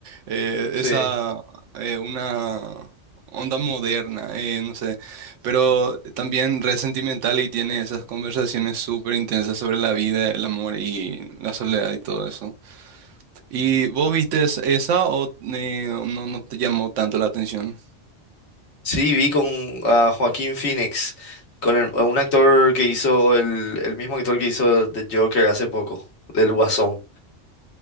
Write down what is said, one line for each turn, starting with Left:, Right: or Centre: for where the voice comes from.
Right: eh,
Left: Sí.
Right: esa, eh, una onda moderna, eh, no sé, pero también re sentimental y tiene esas conversaciones súper intensas sobre la vida, el amor y la soledad y todo eso. ¿Y vos viste es- esa o eh, no, no te llamó tanto la atención?
Left: Sí, vi con a Joaquín Phoenix, con el- un actor que hizo el, el mismo actor que hizo The Joker hace poco, del Guasón.